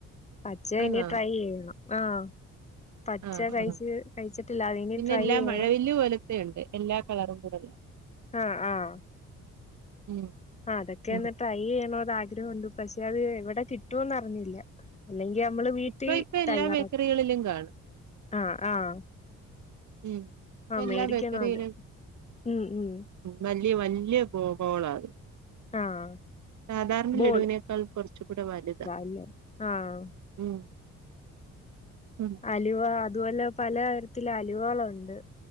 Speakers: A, on the left; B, on the right.
A: പച്ച
B: ആന്നോ
A: ഇനി ട്രൈ ചെയ്യണം ആഹ് പച്ച
B: ആഹ്
A: കഴിച്ച്
B: ആഹ്
A: കഴിച്ചിട്ടില്ല അതിനി
B: പിന്നെ
A: ട്രൈ
B: എല്ലാ
A: ചെയ്യണം
B: മഴവില്ല് പോലത്തെയുണ്ട് എല്ലാ കളറും കൂടെള്ള
A: ആഹ് ആഹ്
B: ഉം
A: അതൊക്കെ
B: ഉം
A: എന്നിട്ടായി ട്രൈ ചെയ്യണോന്ന് ആഗ്രഹമുണ്ട് പക്ഷെ അത് എവിടെ കിട്ടുവെന്ന് അറിഞ്ഞില്ല അല്ലെങ്കി നമ്മള് വീട്ടിൽ
B: ഇപ്പൊ ഇപ്പൊ
A: തയ്യാറാക്കും
B: <unintelligible> കാണും
A: ആഹ് ആഹ്
B: ഉം ഇപ്പ
A: ആഹ്
B: എല്ലാ
A: മേടിക്കണം
B: ബേക്കറിയിലും
A: അത് ഉം ഉം
B: വല്യ വല്യ <unintelligible> അത്
A: ആഹ്
B: സാധാരണ
A: ബോൾ
B: ലഡുവിനേക്കാൾ കുറച്ച് കൂടെ വലുതാ
A: അല്ലേ ആഹ്
B: ഉം ഉം
A: അലുവ അതുപോലെ പലതരത്തിൽ അലുവകളുണ്ട്